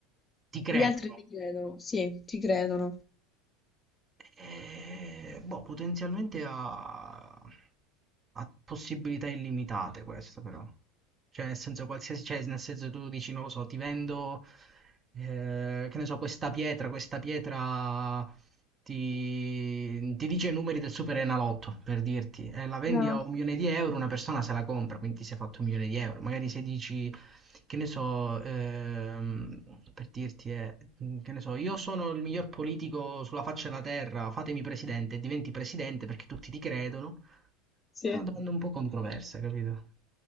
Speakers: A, on the right (about 25°); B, on the left (about 25°).
A: ti credo.
B: Gli altri ti credono, sì, ti credono.
A: Eh, boh, potenzialmente ha, ha possibilità illimitate questo però. Cioè, nel senso, qualsiasi, cioè, nel senso tu dici, non lo so, ti vendo, eh, che ne so, questa pietra, questa pietra ti, ti dice i numeri del Super Enalotto, per dirti, Eh, la vendi
B: Ah,
A: a un milione di euro, una persona se la compra, quindi ti sei fatto un milione di euro. Magari se dici, che ne so, ehm, per dirti, eh, che ne so, io sono il miglior politico sulla faccia della terra, fatemi presidente, e diventi presidente perché tutti ti credono.
B: sì.
A: È una domanda un po' controversa, capito?